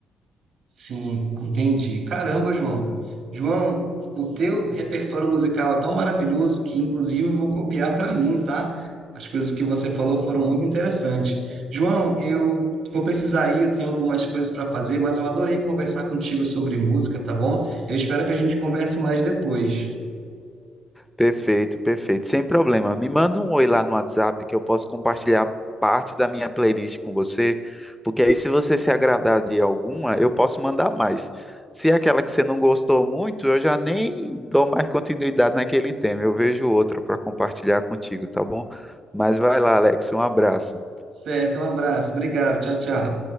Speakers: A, on the right; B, in the centre.
A: Sim, entendi. Caramba, João. João, o teu repertório musical é tão maravilhoso que, inclusive, eu vou copiar para mim, tá? As coisas que você falou foram muito interessantes. João, eu vou precisar ir, eu tenho algumas coisas para fazer, mas eu adorei conversar contigo sobre música, tá bom? Eu espero que a gente converse mais depois.
B: Perfeito, perfeito. Sem problema. Me manda um oi lá no WhatsApp que eu posso compartilhar parte da minha playlist com você, porque aí se você se agradar de alguma, eu posso mandar mais. Se é aquela que você não gostou muito, eu já nem dou mais continuidade naquele tema. Eu vejo outra para compartilhar contigo, tá bom? Mas vai lá, Alex. Um abraço.
A: Certo, um abraço. Obrigado. Tchau, tchau.